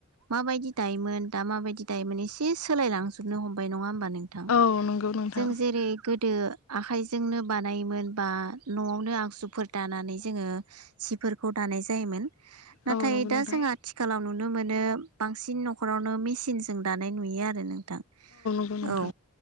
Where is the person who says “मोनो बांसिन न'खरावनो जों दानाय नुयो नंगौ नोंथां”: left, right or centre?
Left